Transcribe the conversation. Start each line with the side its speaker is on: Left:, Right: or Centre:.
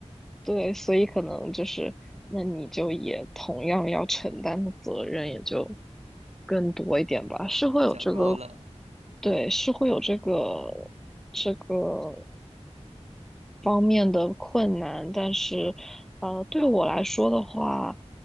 Centre: 对，所以可能就是，那你就也同样要承担的责任也就更多一点吧，是会有这个，
Right: 比较多了。
Centre: 对，是会有这个这个。方面的困难，但是，呃，对我来说的话，